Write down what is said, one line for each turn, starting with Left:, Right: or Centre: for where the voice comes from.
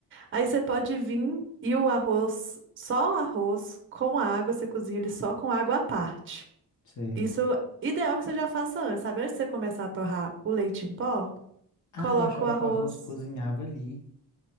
Right: Aí você pode vir e o arroz, só o arroz com água, você cozinha ele só com água à parte.
Left: Sei.
Right: Isso é ideal que você já faça antes, sabe? Antes de você começar a torrar o leite em pó,
Left: Ah,
Right: coloca
Left: eu achava
Right: o arroz.
Left: que o arroz cozinhava ali.